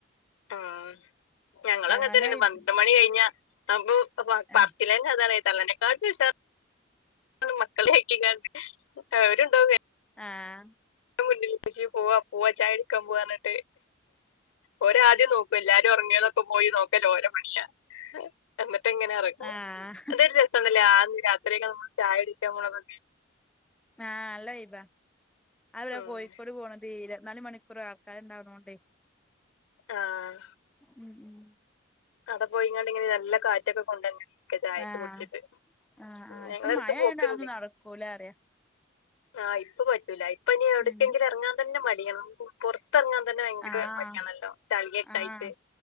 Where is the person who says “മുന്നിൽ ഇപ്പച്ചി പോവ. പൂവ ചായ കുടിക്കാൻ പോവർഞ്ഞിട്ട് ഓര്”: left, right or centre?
Left